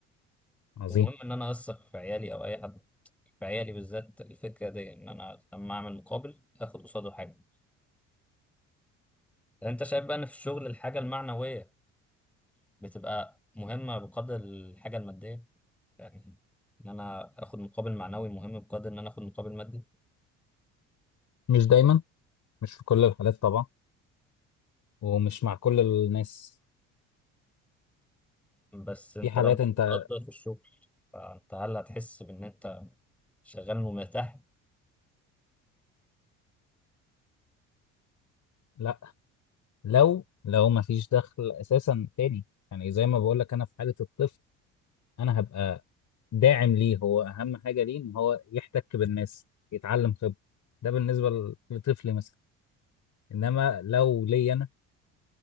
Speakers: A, on the left; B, in the centre.
A: عظيم
B: ومهم ان انا اثق في عيالي او اي حد في عيالي بالذات الفكرة دي إن أنا لما أعمل مقابل آخد قصاده حاجة يعني أنت شايف بقى إن في الشغل الحاجة المعنوية بتبقى مهمة بقدر الحاجة المادية يعني إن أنا آخد مقابل معنوي مهم بقدر إن أنا آخد مقابل مادي
A: مش دايما مش في كل الحالات طبعا ومش مع كل الناس
B: بس أنت
A: في حالات
B: لو مش
A: انت
B: متقدر في الشغل فأنت هل هتحس بإن أنت شغال ومرتاح؟
A: لا لو لو ما فيش دخل اساسا تاني يعني زي ما بقول لك انا في حاله الطفل انا هبقى داعم ليه هو اهم حاجه ليه ان هو يحتك بالناس يتعلم خبره ده بالنسبه ل- لطفلي مثلا انما لو ليا انا